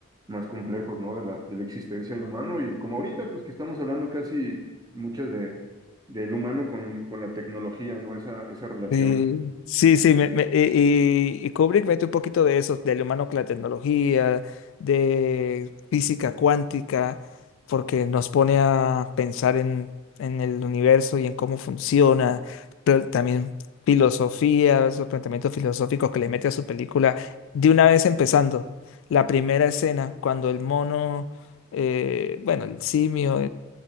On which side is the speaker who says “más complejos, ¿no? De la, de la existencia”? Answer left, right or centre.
Right